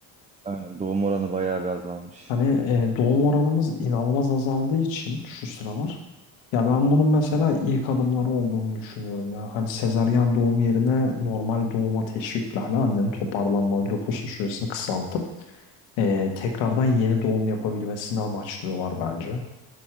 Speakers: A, on the right; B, on the left.
A: Aynen doğum oranı bayağı bir azalmış.
B: Hani e, doğum oranımız inanılmaz azaldığı için şu sıralar ya ben bunun mesela ilk adımları olduğunu düşünüyorum ya. Hani sezaryen doğum yerine normal doğuma teşvikle hani annenin toparlanma lohusa süresini kısaltıp e, tekrardan yeni doğum yapabilmesini amaçlıyorlar bence.